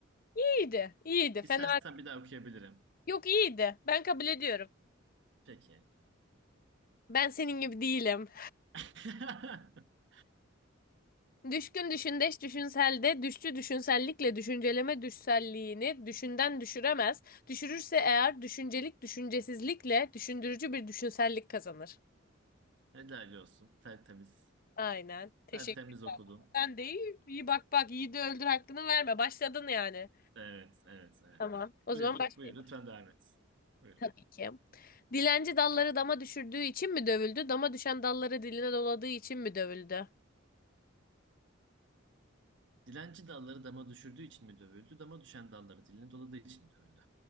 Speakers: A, on the left; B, on the right.
A: İyiydi. İyiydi.
B: İstersen
A: Fena.
B: bir daha okuyabilirim.
A: Yok iyiydi. Ben kabul ediyorum.
B: Peki.
A: Ben senin gibi değilim.
B: <laughs>
A: Düşkün düşündeş düşünselde, düşçü düşünsellikle düşünceleme düşselliğini düşünden düşüremez. Düşürürse eğer düşüncelik düşüncesizlikle düşündürücü bir düşünsellik kazanır.
B: Helal olsun. Tertemiz.
A: Aynen. Teşekkür.
B: Tertemiz okudun.
A: Sen de iyi, iyi bak bak iyi de öldür hakkını verme. Başladın yani.
B: Evet, evet, evet.
A: Tamam. O
B: Buyur,
A: zaman başlayayım.
B: buyur. Lütfen devam et. Buyur.
A: Tabii ki. Dilenci dalları dama düşürdüğü için mi dövüldü? Dama düşen dalları diline doladığı için mi dövüldü?
B: Dilenci dalları dama düşürdüğü için mi dövüldü? Dama düşen dalları diline doladığı için mi dövüldü?